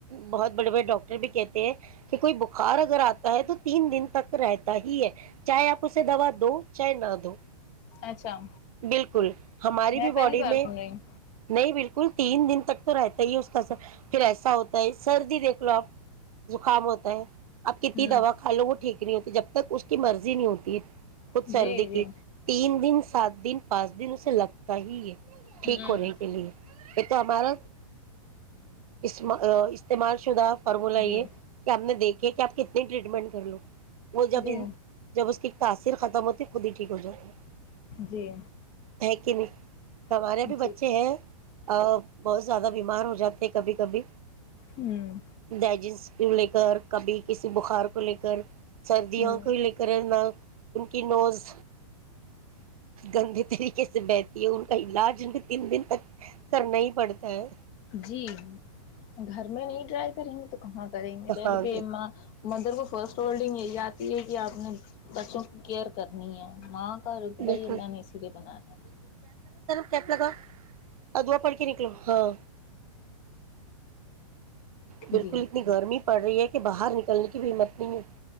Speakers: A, on the right; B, on the left.
A: بہت بڑے بڑے ڈاکٹر بھی کہتے ہیں کہ کوئی بخار اگر آتا ہے تو تین دن تک رہتا ہی ہے چاہے آپ اسے دوا دو چاہے نہ دو
B: اچھا
A: بالکل ہماری
B: میں
A: بھی
B: پہلی
A: باڈی
B: بار
A: میں
B: سن رہی ہوں
A: نہیں بالکل تین دن تک تو رہتا ہی اس کا س پھر ایسا ہوتا ہے سردی دیکھ لو آپ زکام ہوتا ہے آپ کتنی
B: ہوں
A: دواھا لو وہ ٹیک نہیں ہوتی جب تک اس کی مرضی نہیں ہوتی خھ
B: جی
A: سردی
B: جی
A: کی تین دن سات دن پانچ دن اسے لگتا تاہی ٹھیک
B: ہوں
A: ہونےے کے لیے یہ تو ہمارا استعمال شدہ اور بولاائیے
B: جی
A: کہ آپ نے دیکھ کہ آپ کتنی ٹریٹمنٹ کر لو وہ جب
B: جی
A: جب اس کی تاثر ختم ہوتی ہے خود ہی ٹھیک ہو جاتی ہے
B: جی
A: ہے کہ نہیں ہمارے
B: جی
A: بھی بچے ہیں بہت زیادہ بیمار ہو جاتا کبھی کبھی
B: ہوں
A: دجینس لے کر کبھی کسی بخار کو لے کر سردیوں
B: ہوں
A: کو لے کر نہ ان کی نوز گندے طریقے سے بیہھ یہ ان کا علاج ان کے تین دن تک کرنا ہی پڑتا ہے
B: جی گھر میں نہیں رائی کریں گے تو ہاں کریںے پہلے
A: ہاں
B: پ مندر کو فسٹ ہولڈنگ ایریا یہ ہے کہ آپ نے بسوں کی کیئر کرنی ہے ماں کرھر ا تو
A: بالکل
B: بھائی الہ نے اسیرے بناناا
A: کیا ل گا ادوا پک نکلو ہاں بالکل
B: ہے جی
A: اتنی گرمی پڑ رہی ہے کہ کے باہر نکلنے کی بھی مت نہیں ہے